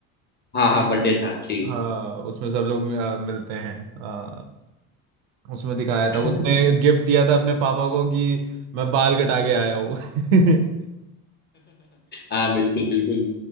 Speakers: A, on the left; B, on the right.
A: हाँ हाँ बर्थडे था जी
B: हाँ उसमें सब लोग अ, मिलते हैं हाँ उसमें दिखाया
A: <laughs>
B: था उसने गिफ्ट दिया था अपने पापा को कि मैं बाल कटा के आया हूँ <laughs>
A: हाँ बिल्कुल बिल्कुल